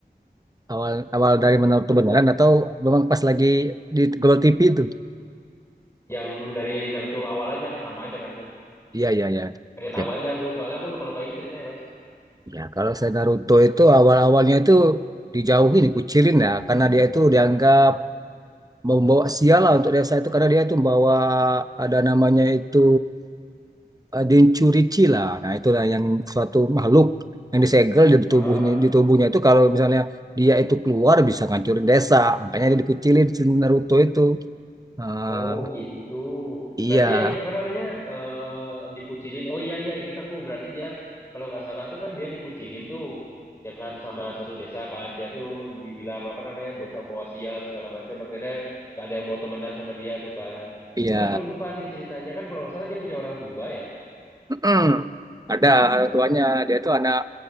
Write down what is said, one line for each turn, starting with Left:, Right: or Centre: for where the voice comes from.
Right: Awal awal dari mana tuh atau memang pas lagi di Global TV itu.
Left: Yang dari Naruto awal aja kan sama aja kan tuh.
Right: Iya, iya, iya.
Left: pengen tahu
Right: Ya,
Left: aja aku soalnya aku lupa lupa ingat ceritanya mas
Right: ya kalau saya Naruto itu awal-awalnya itu dijauhin, dikucilin ya karena dia itu dianggap membawa sial lah untuk desa itu karena dia itu membawa ada namanya itu eh, densurici lah. Nah, itulah yang suatu makhluk yang disegel di
Left: Ah,
Right: tubuhnya
Left: ah, ah.
Right: di tubuhnya itu kalau misalnya dia itu keluar bisa ngancurin desa. Makanya dia dikucilin si Naruto itu. Ah,
Left: oh gitu
Right: iya,
Left: berarti yang apa namanya eh dikucilin oh iya iya ingat aku berarti dia kalau nggak salah tuh kan dia dikucilin tuh ya kan sama suatu desa kan dia tuh dibilang apa namanya bocah bawa sial segala macam akhirnya gak ada yang mau temenan sama dia tuh kan
Right: iya.
Left: cuman aku lupa nih ceritanya kan kalau nggak salah dia punya orang tua ya
Right: Mm-mm. Ada orang tuanya, dia itu anak